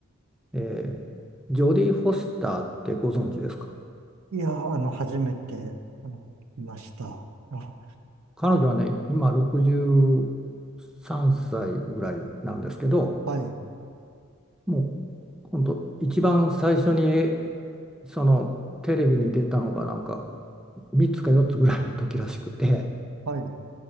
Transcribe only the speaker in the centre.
えージョディ・フォスターってご存知ですか
彼女はね、今63歳ぐらいなんですけど、
もう本当、一番最初にえそのテレビに出たのが、なんか3つか4つぐらいの時らしくて。